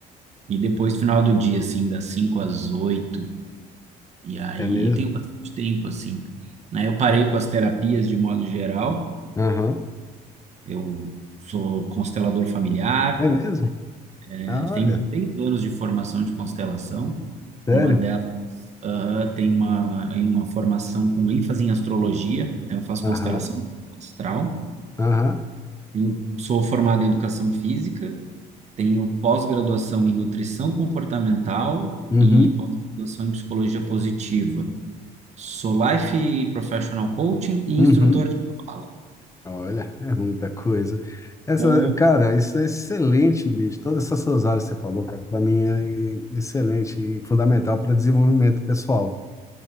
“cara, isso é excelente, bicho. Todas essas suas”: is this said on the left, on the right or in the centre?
Left